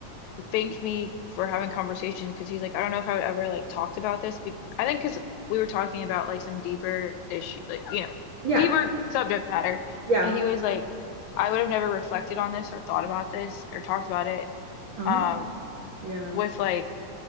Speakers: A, on the left; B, on the right.
A: thanked me for having conversations because he's like i don't know if i would ever like talked about this be i think because we were talking about like some deeper issue like you know
B: Yeah.
A: deeper subject matter
B: Yeah.
A: and he was like i would have never reflected on this or thought about this or talked about it
B: Oh,
A: um
B: yeah.
A: with like